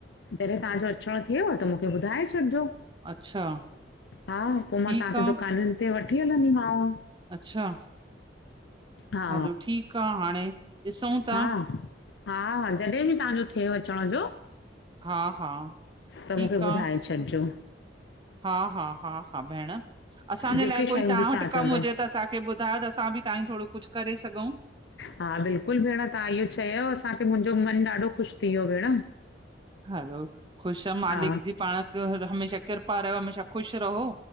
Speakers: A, on the left (about 70°); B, on the right (about 25°).
A: जॾहिं तव्हांजो अचण थेव त मूंखे ॿुधाए छॾजो।
B: अच्छा
A: हा पो
B: ठीकु
A: मां तव्हांखे
B: आ
A: दुकानन ते वठी हलंदीमाव।
B: अच्छा
A: हा
B: हलो ठीक आहे हाणे ॾिसूं था।
A: हा हा हा जॾहिं बि तव्हांजो थे अचण जो।
B: हा हा
A: त
B: ठीकु
A: मूंखे
B: आ
A: ॿुधाए छॾजो।
B: हा हा हा हा भेण असांजे
A: जेके
B: लाएक कोई
A: शयूं
B: तव्हां
A: बि
B: वट कम
A: चवंदव
B: हुजे त असां तखे ॿुधायो त असां बि तव्हांं थोड़ो कुछ करे सघूं।
A: हा बिल्कुल भेण तव्हां इहो चयो असांखे मुंहिंजो मन ॾाढो ख़ुश थी वियो भेण।
B: हलो ख़ुशा मालिक
A: हा
B: जी पाण हमेशा कृपा रहेव हमेशा ख़ुश रहो